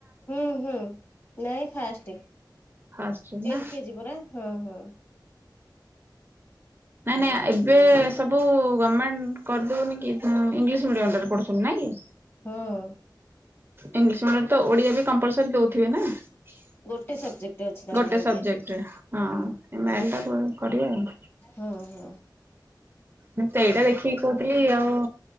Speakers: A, on the left; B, on the right.
A: ହୁଁ ହୁଁ ନାଇଁ ଫାଷ୍ଟେ
B: ଫାଷ୍ଟ ନା
A: ଏଲ୍ କେ ଜି ପରା ହଁ ହଁ।
B: ନାଇଁ
A: ହଁ
B: ନାଇଁ ଆ ଏବେ ସବୁ ଗମେଣ୍ଟ କରିଦୋଉନି କି ହୁଁ ଇଂଲିଶ୍ ମିଡି଼ୟମ୍ ଟାରେ ପଢୁଚନ୍ତି ନାଁ କି?
A: ହଁ
B: ଇଂଲିଶରେ ଓଡିଆ ବି କମ୍ପୂଲ୍ସରୀ ଦଉଥିବେ ନା <inaudible>
A: ଗୋଟେ ସବଜେକ୍ଟ ଅଛି ତାଙ୍କର
B: ଗୋଟେ
A: ଓଡିଆ
B: ସବଜେକ୍ଟରେ
A: ହୁଁ
B: ହଁ ଏ ମ ଆଇ ଏଲ୍ ଟା କ କରିବେ ଆଉ
A: ହ ହ
B: ମୁ ସେଇଟା ଦେଖିକି କହୁଥିଲି ଆଉ